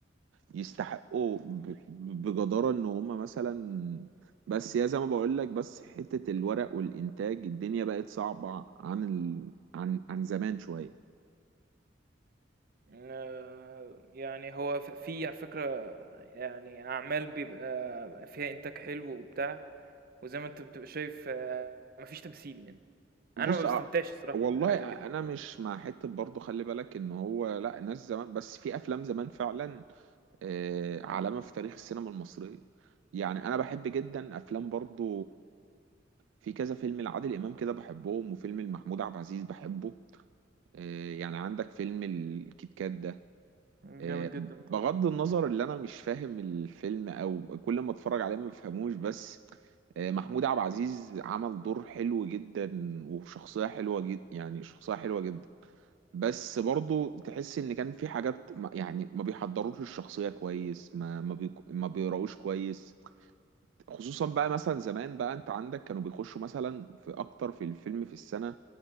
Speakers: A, on the right (about 85°); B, on the right (about 55°).
A: يستحقوا ب... بجدارة ان هما مثلا بس يا زي ما بقول لك بس حتة الورق والانتاج الدنيا بقت صعبة عن ال... عن عن زمان شوية
B: آآ، يعني هو ف في على فكرة يعني أعمال بيبقى فيها إنتاج حلو وبتاع، وزي ما أنت بتبقى شايف ما فيش تمثيل يعني، أنا
A: بص
B: ما باستمتعش
A: أ...
B: الصراحة
A: والله
B: بحاجة
A: انا
B: زي كده يعني.
A: مش مع حتة برضه خلي بالك ان هو لا ناس زمان بس في افلام زمان فعلا آه، علامة في تاريخ السينما المصرية يعني أنا بحب جدا أفلام برضو في كذا فيلم لعادل إمام كده بحبهم وفيلم لمحمود عبد العزيز بحبه آه، يعني عندك فيلم الكيت كات ده
B: إمم،
A: آه،
B: جامد جدًا
A: بغض
B: طبعًا.
A: النظر اللي أنا مش فاهم الفيلم أو كل ما أتفرج عليه ما بفهموش بس آه، محمود عبد العزيز عمل دور حلو جدا وشخصية حلوة جدا يعني شخصية حلوة جدا بس برضو تحس ان كان في حاجات ما- يعني ما بيحضروش الشخصيه كويس ما ما, بي ما بيقراوش كويس خصوصا بقى مثلا زمان بقى انت عندك كانوا بيخشوا مثلا في اكتر في الفيلم في السنه